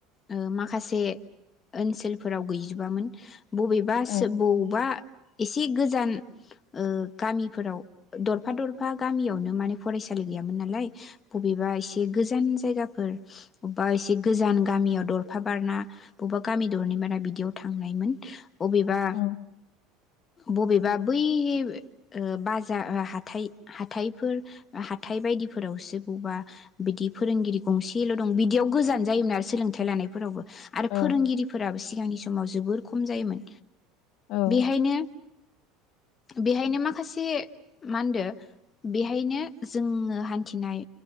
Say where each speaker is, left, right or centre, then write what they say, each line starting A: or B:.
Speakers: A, on the left; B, on the left.
A: ओ माखासे ओनसोलफोराव गैजोबामोन। बबेबासो
B: औ
A: बबेबा एसे गोजान ओ गामिफोराव दरफा दरफा गामियावनो माने फरायसालि गैयामोन नालाय बबेबा एसे गोजान जायगाफोर बबेबा एसे गोजान गामियाव दरफ बारना बबेबा गामि दरनै बारना बिदियाव थांनायमोन। अबेबा
B: औ
A: बबेबा बै ओ बाजार हाथाइ हाथाइफोर हाथाय बायदिफोरावसो बबेबा बिदि फोरोंगिरि गंसेल' दं बिदियाव गोजान जायोमोन आरो सोलोंथाइ लानायफोरावबो। आरो
B: औ
A: फोरोंगिरिफोराबो सि सिगांनि समाव जोबोर खम जायोमोन।
B: औ
A: बेहायनो बेहायनो माखासे मा होनदो बेहायनो जोङो हान्थिनाय